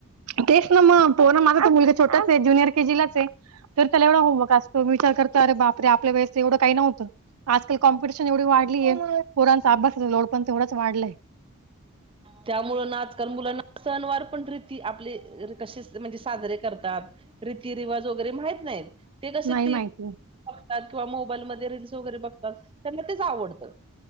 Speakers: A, on the right; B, on the right.
A: तेच ना. मग, पोरं. माझा तर मुलगा छोटाच आहे. ज्युनियर के जी लाच आहे. तर त्याला एवढा होमवक असतो. विचार करता, अरे! बापरे! आपल्या वेळेस एवढं काही नव्हतं. आजकाल कॉम्पिटिशन एवढी वाढलीय. पोरांचा अभ्यासाचा लोड पण तेवढाच वाढलाय.
B: त्यामुळं. आजकाल मुलांना सणवार पण, रीती, आपली कशी? म्हणजे साजरे करतात. रीती, रिवाज वगैरे माहीत नाहीत. ते कसे
A: नाही
B: टी
A: माहिती
B: बघतात मोबाईल मध्ये रील्स वगैरे बघ तर त्यांना तेच आवडतं